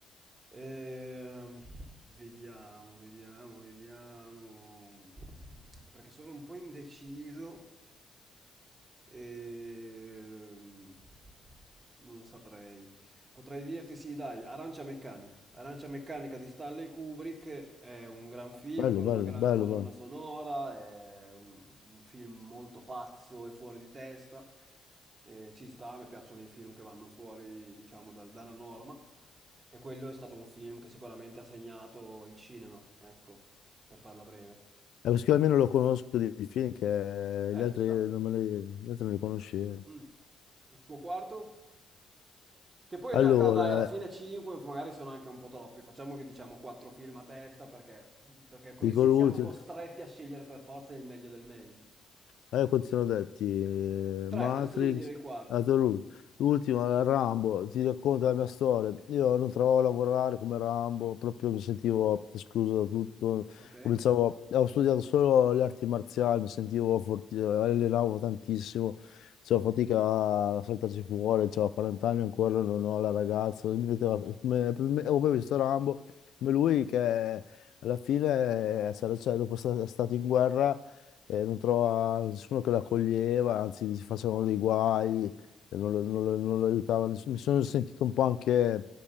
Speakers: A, on the right; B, on the left.
A: ehm, vediamo, vediamo, vediamo, perché sono un po' indeciso. Ehm, non saprei. Potrei dirti sì, dai, Arancia Meccanica. Arancia Meccanica di Stanley Kubrick è un gran film
B: Bello,
A: con
B: bello,
A: una gran
B: bello,
A: colonna
B: bello.
A: sonora, è un, un film molto pazzo e fuori di testa. Eh, ci sta, mi piacciono i film che vanno fuori, diciamo, dal- dalla norma. E quello è stato un film che sicuramente ha segnato il cinema, ecco, per farla breve.
B: E questo qui almeno lo conosco di di film che
A: Eh,
B: gli altri
A: ci sta.
B: non, me li, gli altri non li conoscevo.
A: Mm. Il tuo quarto? Che poi
B: Allora,
A: in realtà dai, alla fine 5 magari sono anche un po' troppi, facciamo che diciamo 4 film a testa perché, perché così
B: dico
A: si-
B: l'ultimo.
A: siamo costretti a scegliere per forza il meglio del meglio.
B: Eh, quanti sono detti? Eh,
A: 3,
B: Matrix,
A: adesso devi dire il quarto.
B: Altro l'ul- l'ultimo, eh, Rambo, ti racconto la mia storia. Io non trovavo a lavorare come Rambo, proprio mi sentivo escluso da tutto.
A: Ok.
B: Cominciavo, ho studiato solo le arti marziali, mi sentivo forti, eh, allenavo tantissimo, facevo fatica a saltarci fuori, avevo 40 anni ancora, non ho la ragazza. Mi metteva, me- me- ho poi visto Rambo, come lui che alla fine, eh, sarà- cioè, dopo è sta- è stato in guerra e non trova nessuno che lo accoglieva, anzi gli facevano dei guai, e non, lo non lo- non lo aiutava nessuno. Mi sono sentito un po' anche